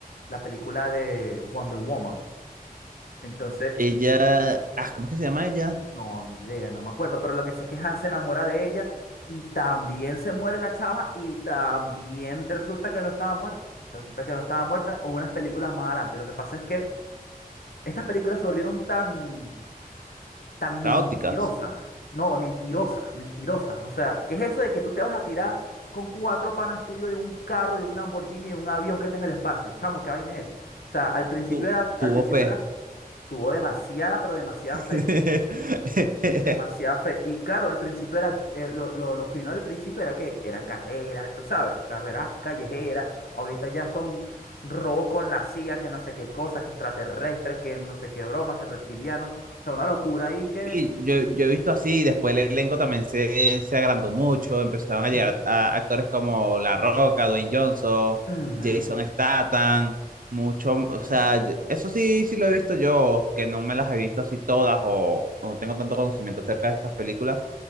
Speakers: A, on the left; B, on the right.
A: la película de Wonder Woman. Entonces,
B: Ella. Ah, ¿cómo es que se llama ella?
A: No, ni idea, no me acuerdo, pero lo que sé es que Hans se enamora de ella y también se muere la chama y también resulta que no estaba muerta. Resulta que no estaba muerta o unas películas más adelante. Lo que pasa es que estas películas se volvieron tan, tan mentirosas.
B: Caóticas.
A: No, mentirosas, mentirosas. O sea, ¿qué es eso de que tú te vas a tirar con cuatro panas tuyos de un carro, de un Lamborghini, de un avión que está en el espacio? Chamo, ¿qué vaina es? O sea, al principio
B: Tu,
A: era,
B: tuvo
A: al principio
B: fe.
A: era, tuvo demasiada, pero demasiada
B: <laughs>
A: fe. Demasiada fe. Y claro, al principio era, eh, lo, lo, lo fino del principio era que eran carreras, tú sabes, carreras así callejeras. Ahorita ya son robos con la CIA, que no sé qué cosa, que extraterrestre, que no sé qué broma, que reptiliano. O sea, una locura ahí que...
B: Sí, yo, yo he visto así, después el elenco también se, se agrandó mucho, empezaron a llegar
A: Ujú,
B: a actores como La Roca, Dwayne Johnson,
A: ujú,
B: Jason Statham, mucho,
A: ujú.
B: o sea, yo- eso sí, sí lo he visto yo, que no me las he visto así todas o, o no tengo tanto conocimiento acerca de estas películas,